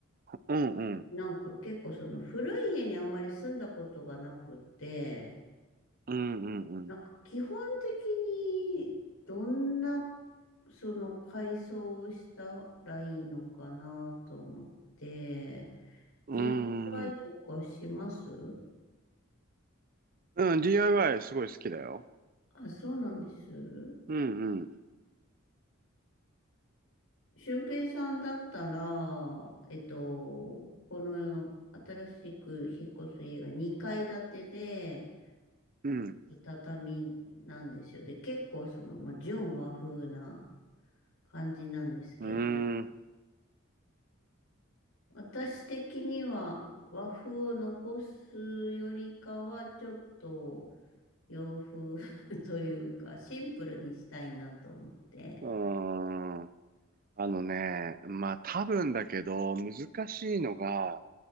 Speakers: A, on the right; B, on the left.
A: うんうん。
B: なんか結構その古い家にあんまり住んだことがなくて、
A: うんうんうん。
B: なんか基本的にどんなその改装をしたらいいのかなと思って、d
A: うん。
B: i イワイとかします
A: うん、DIY すごい好きだよ。
B: あ、そうなんです。
A: うんうん。
B: 俊平さんだったら、えっと、この新しく引っ越す家が2階建てで、
A: うん。
B: 畳なんですよ。で、結構その、まあ、純和風な感じなんですけど、
A: うーん。
B: 私的には和風を残すよりかは、ちょっと洋風 <laughs> というか、シンプルにしたいなと思って。
A: うーん。あのね、まあ多分だけど、難しいのが、